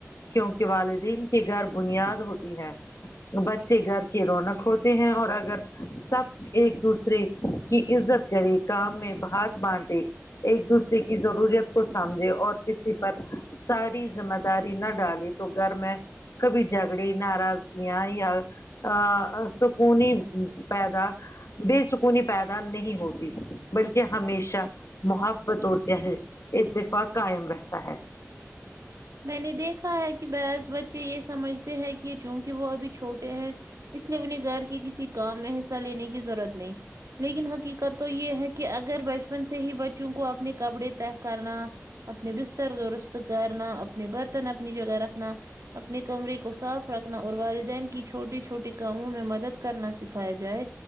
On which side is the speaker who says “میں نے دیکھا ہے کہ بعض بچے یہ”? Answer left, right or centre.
Right